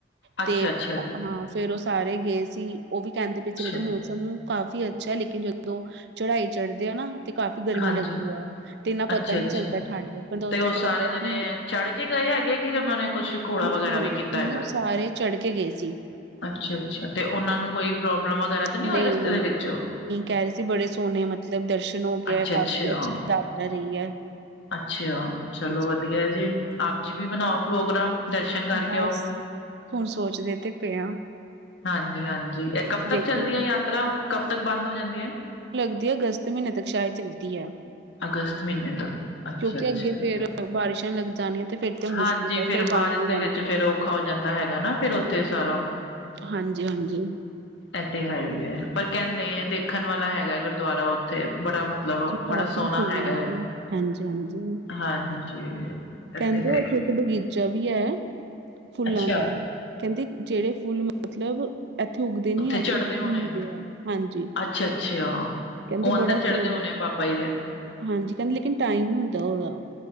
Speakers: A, on the left (about 80°); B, on the right (about 65°).
A: ਅੱਛਾ
B: ਤੇ
A: ਅੱਛਾ ਜੀ
B: ਹਾਂ ਫੇਰ ਉਹ ਸਾਰੇ ਗਏ ਸੀ। ਉਹ ਵੀ ਕਹਿੰਦੇ ਪਏ
A: ਅੱਛਾ
B: ਸੀ ਮਤਲਬ ਮੌਸਮ ਕਾਫ਼ੀ ਅੱਛੈ। ਲੇਕਿਨ ਜਦੋ ਚੜਾਈ ਚੜ੍ਹਦੇ ਆ ਨਾ। ਤੇ ਕਾਫ਼ੀ ਗਰਮੀ
A: ਹਾਂਜੀ
B: ਲੱਗਦੀ ਐ ਤੇ ਇੰਨਾ
A: ਅੱਛਾ
B: ਪਤਾ ਨੀ
A: ਅੱਛਾ
B: ਚੱਲਦਾ ਠੰਡ। ਬੰਦਾ ਉੱਥੇ
A: ਤੇ ਉਹ
B: ਕਹਿੰਦਾ
A: ਸਾਰੇ ਜਣੇ
B: ਕਿ
A: ਚੜ੍ਹ ਕੇ ਗਏ ਹੈਗੇ ਕਿ ਉਹਨਾਂ ਨੇ ਕੁਛ ਘੋੜਾ
B: ਨਹੀਂ
A: ਵਗੈਰਾ ਵੀ ਕੀਤਾ
B: ਨਹੀਂ
A: ਹੈਗਾ।
B: ਉਹ ਸਾਰੇ ਚੜ੍ਹ ਕੇ ਗਏ ਸੀ
A: ਅੱਛ- ਅੱਛਾ, ਤੇ ਉਹਨਾਂ ਨੂੰ ਕੋਈ ਪ੍ਰੋਬਲਮ ਵਗੈਰਾ ਤਾਂ ਨਹੀਂ
B: ਨਹੀਂ-ਨਹੀਂ।
A: ਹੋਈ ਰਸਤੇ ਦੇ ਵਿੱਚ
B: ਨਹੀਂ ਕਹਿ ਰਹੇ ਸੀ ਬੜੇ ਸੋਹਣੇ, ਮਤਲਬ ਦਰਸ਼ਨ ਹੋ ਗਿਆ
A: ਅੱਛਾ-ਅੱਛਿਆ।
B: ਕਾਫ਼ੀ ਅੱਛੀ ਯਾਤਰਾ ਰਹੀ ਹੈ
A: ਅੱਛਿਆ
B: ਹਾਂਜੀ
A: ਚਲੋ ਵਧੀਆ ਜੀ। ਆਪ ਜੀ ਵੀ ਬਣਾਓ ਪ੍ਰੋਗਰਾਮ, ਦਰਸ਼ਨ ਕਰਕੇ
B: ਬਸ
A: ਆਓ।
B: ਹੁਣ ਸੋਚਦੇ ਤੇ ਪਏ ਆ
A: ਹਾਂਜੀ -ਹਾਂਜੀ। ਏਹ ਕਬ ਤੱਕ
B: ਦੇਖੋ
A: ਚੱਲਦੀ ਐ ਯਾਤਰਾ, ਕਬ ਤੱਕ ਬੰਦ ਹੋ ਜਾਂਦੀ ਐ?
B: ਲੱਗਦੀ ਐ ਅਗਸਤ ਮਹੀਨੇ ਤੱਕ। ਸ਼ਾਇਦ ਚੱਲਦੀ ਐ।
A: ਅਗਸਤ ਮਹੀਨੇ ਤੱਕ ਅੱਛਾ
B: ਕਿਉਂਕਿ
A: ਅੱਛਾ
B: ਅੱਗੇ ਫੇਰ ਬਾਰਿਸ਼ਾਂ ਲੱਗ ਜਾਣੀਆਂ ਤੇ ਫੇਰ ਤੇ ਮੁਸ਼ਕਿਲ
A: ਹਾਂਜੀ
B: ਹੈ,
A: ਫਿਰ
B: ਫੇਰ ਬੰਦ
A: ਬਾਰਿਸ਼
B: ਹੋ
A: ਦੇ
B: ਜਾਂਦੀ
A: ਵਿੱਚ ਫਿਰ
B: ਐ।
A: ਔਖਾ ਹੋ ਜਾਂਦਾ ਹੈਗਾ ਨਾ ਫੇਰ ਉੱਥੇ ਸਾਰਾ।
B: ਹਾਂਜੀ-ਹਾਂਜੀ।
A: ਇਹ ਤੇ ਹੈ ਹੀ ਹੈ ਪਰ ਕਹਿੰਦੇ ਆ, ਦੇਖ। ਵੇਖਣ ਵਾਲਾ ਹੈਗਾ ਗੁਰਦੁਆਰਾ ਉਹ। ਉੱਥੇ ਬੜਾ ਮਤਲਬ
B: ਕਾਫੀ
A: ਬੜਾ ਸੋਹਣਾ ਹੈਗਾ
B: ਹੈ।
A: ਆ,
B: ਹਾਂਜੀ-ਹਾਂਜੀ
A: ਹਾਂਜੀ।
B: ਕਹਿੰਦੇ
A: ਤੇ ਹੈ
B: ਉੱਥੇ
A: ਹੀ
B: ਇੱਕ ਬਗੀਚਾ ਵੀ ਐ, ਫੁੱਲਾਂ
A: ਅੱਛਾ
B: ਦਾ। ਕਹਿੰਦੇ ਜਿਹੜੇ ਫੁੱਲ ਮਤਲਬ ਇੱਥੇ ਉੱਗਦੇ ਨੀ ਆ, ਉੱਥੇ
A: ਚੜ੍ਹਦੇ ਹੋਣੇ
B: ਹੁੰਦੇ ਐ, ਹਾਂਜੀ।
A: ਅੱਛਾ- ਅੱਛਾ।
B: ਕਹਿੰਦੇ
A: ਉਹ ਅੰਦਰ
B: ਬੜਾ ਸੋਹਣਾ
A: ਚੜ੍ਹਦੇ ਹੋਣੇ
B: ਏ
A: ਬਾਬਾ ਜੀ ਦੇ
B: ਹਾਂਜੀ। ਕਹਿੰਦੇ ਲੇਕਿਨ ਟਾਈਮ ਹੁੰਦਾ ਉਹਦਾ।